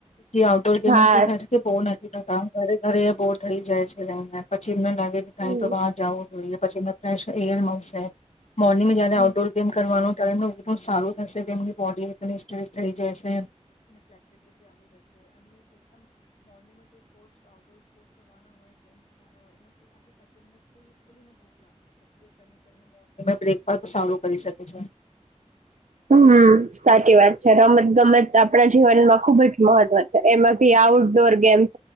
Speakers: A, on the left; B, on the right.
A: outdoor game
B: હા
A: થાય છે, કે <unintelligible> ઘરે ઘરે બોર થઈ જાય છે, લઈને પછી કેમમે લાગે
B: હમ
A: કે કા તો બહાર જાઓ થોડી પછીને ફ્રેશ એયર મળશે મોર્નિંગ જયારે
B: હમ
A: આઉટડોર ગેમ કરવાનું ત એમનું <unintelligible> સારું થશે કે એમની બોડી એકદમ સ્ટ્રેચ થઈ જશે. બ્રેકફ સારું કરી શકે છે.
B: હમ સાચી વાત છે, રમત ગમત આપણા જીવનમાં ખુબ જ મહત્વ છે, એમાં ભી આઉટડોર ગેમ્સ